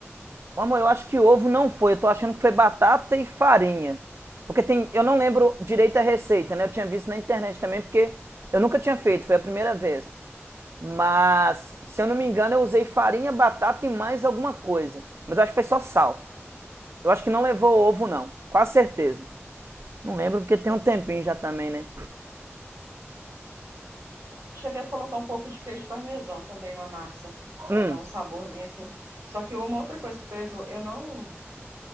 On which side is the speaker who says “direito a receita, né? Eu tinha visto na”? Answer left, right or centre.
Right